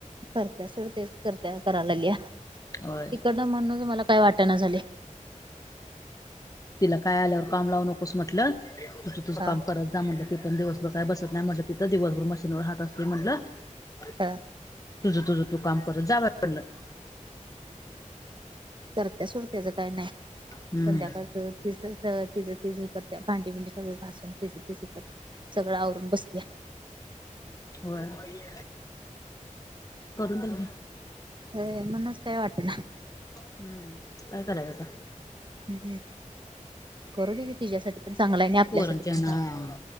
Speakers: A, on the right; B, on the left.
A: करत्यां सडतेचं करत्यां करायलां लियां तिकडनं
B: होय
A: म्हणूंनचं मलां कायं वाटतं नां झाले
B: तिलां कायं आल्यांवरं कामं लावूं नकोस म्हंटलं तूं तुझं
A: हा
B: काम करत जा म्हटलं ती पण दिवसंभरं कायं बसतं नाहीं म्हटलं तिथं दिवसंभरं मशीनवरं हातं असते म्हटलं
A: हा
B: तुझं तुझं तूं कांम करतं जावं पडलं
A: करतं सुटत्यांचं कायं नाहीं
B: हम्म
A: संध्याकांळ ति तिं तिे करते भांडी पिंडी सगळं घासूंन ति तिे करं सगळं आवरूंन बस्त्यांत
B: होयं परूंन तलां
A: म्हंणचं कायं वाटतं नां
B: हम्मं कायं करायचं आंता
A: हं हं करूं दे की तिझ्यांसाठी पणं चांगलं आहे आणि आपल्यांसाठी
B: पोरांच्या
A: पणं
B: ह्यानं
A: चांगलं आहे